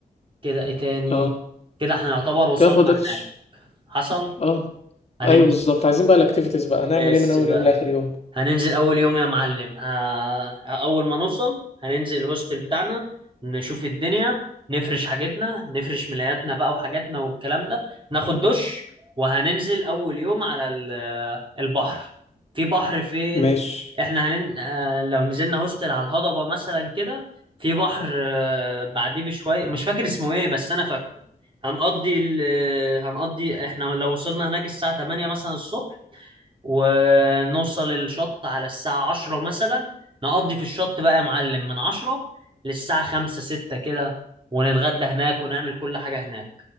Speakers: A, on the right; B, on the left.
A: كده ايه تاني
B: اه
A: كده احنا يعتبر وصلنا
B: كده فاضلش
A: هناك حصل
B: اه
A: هننزل
B: ايوه بالظبط عايزين بقى الاكتيفيتيز بقى هنعمل
A: بس
B: ايه من اول
A: بقى
B: يوم لاخر يوم
A: هننزل اول يوم يا معلم ه... اول ما نوصل هننزل الهوستل بتاعنا نشوف الدنيا نفرش حاجتنا نفرش ملاياتنا بقى وحاجاتنا والكلام ده ناخد دش وهننزل اول يوم على ال- البحر في بحر فين
B: ماشي
A: احنا هنن... آه، لو نزلنا هوستل على الهضبة مثلا كده في بحر آه، بعديه بشوية مش فاكر اسمه ايه بس انا فاكره هنقضي ال... هنقضي احنا لو وصلنا هناك الساعة 8 مثلا الصبح ونوصل الشط على الساعة عشرة مثلا نقضي في الشط بقى يا معلم من عشرة للساعة خمسة ستة كده ونتغدى هناك ونعمل كل حاجة هناك